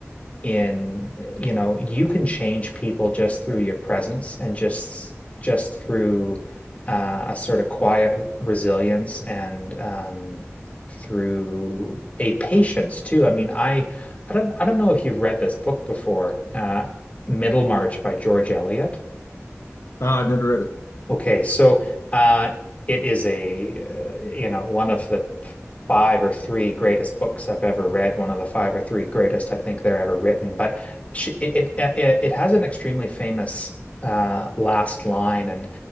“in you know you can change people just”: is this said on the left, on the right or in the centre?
Left